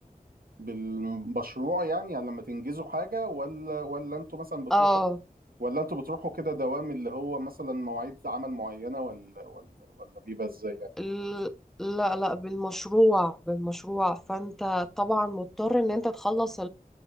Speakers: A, on the right; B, in the centre.
A: بالمشروع يعني, يعني لما تنجزوا حاجه ولا ولا انتوا مثلا بتروحوا
B: اه
A: ولا انتوا بتروحوا كده دوام اللي هو مثلا مواعيد عمل معينه ولا ولا ولا بيبقى ازاي يعني
B: ال- لا لا بالمشروع بالمشروع فانت طبعا مضطر ان انت تخلص